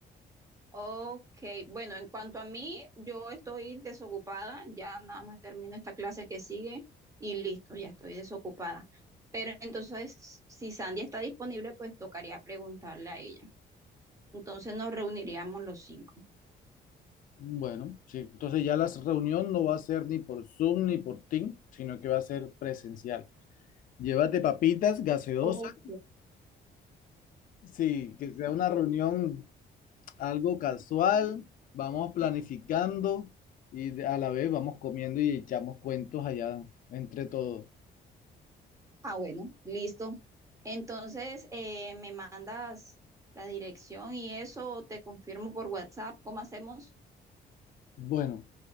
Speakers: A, on the right; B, on the left.
A: Ok, bueno, en cuanto a mí, yo estoy desocupada, ya nada más termino esta clase que sigue y listo, ya estoy desocupada. Pero entonces, si Sandy está disponible, pues tocaría preguntarle a ella. Entonces nos reuniríamos los cinco.
B: Bueno, sí, entonces ya la reunión no va a ser ni por Zoom ni por Team, sino que va a ser presencial. Llévate papitas, gaseosas
A: Ok,
B: Sí, que sea una reunión algo casual, vamos planificando y de- a la vez vamos comiendo y echamos cuentos allá entre todos.
A: Ah, bueno, listo. Entonces, eh, me mandas la dirección y eso, te confirmo por WhatsApp, ¿cómo hacemos?
B: Bueno,